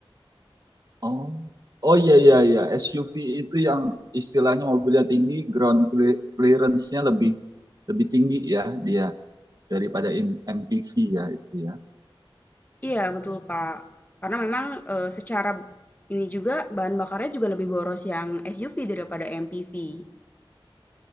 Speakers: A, on the right; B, on the left.
A: Oh, oh iya iya iya SUV itu yang istilahnya mobilnya tinggi, ground cle- clearance-nya lebih lebih tinggi ya dia daripada in- MPV ya itu ya.
B: Iya, betul, Pak. Karena memang, eee, secara ini juga bahan bakarnya juga lebih boros yang SUV daripada MPV.